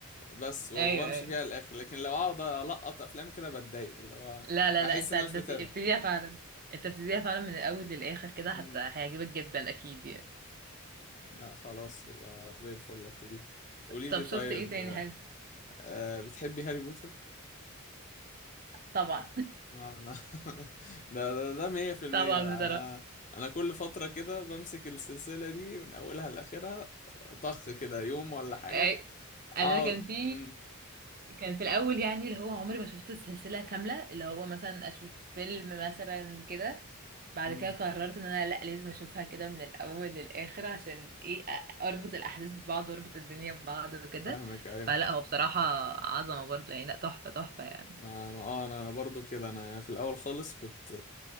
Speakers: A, on the left; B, on the right.
A: بس
B: <laughs>
A: و-
B: أيوه
A: وامشي
B: أيوه
A: فيها للاخر لكن لو اقعد القط افلام كده بتضايق اللي هو
B: لا لا
A: احس
B: لا أنت
A: ان
B: هتبت-
A: انا مش متابع
B: ابتديها فعلا أنت ابتديها فعلا من الأول للآخر كده هت-
A: امم
B: هيعجبك جدا أكيد يعني
A: لا خلاص يبقى زي الفل ابتديها قولي
B: طب
A: لي طيب
B: شفت إيه تاني
A: آه
B: حلو؟
A: آه، بتحبي هاري بوتر
B: طبعا
A: آه، <laughs> ده ده ده 100%
B: <laughs> طبعا
A: بقى
B: بصراحة
A: انا انا كل فتره كده بمسك السلسله دي من اولها لاخرها طخ كده يوم ولا حاجه
B: أي أنا
A: اه
B: كان في
A: امم
B: كان في الاول يعني اللي هو عمري ما شفت السلسله كامله اللي هو مثلا اشوف فيلم مثلا كده بعد
A: امم
B: كده قررت ان انا لا لازم اشوفها كده من الاول للاخر عشان ايه أ- اربط الاحداث ببعض واربط الدنيا ببعض وكده
A: فاهمك ايوه
B: فلا هو بصراحه عظمه برضه يعني لا تحفه تحفه يعني
A: ما ما- اه انا انا برضو كده انا يعني في الاول خالص كنت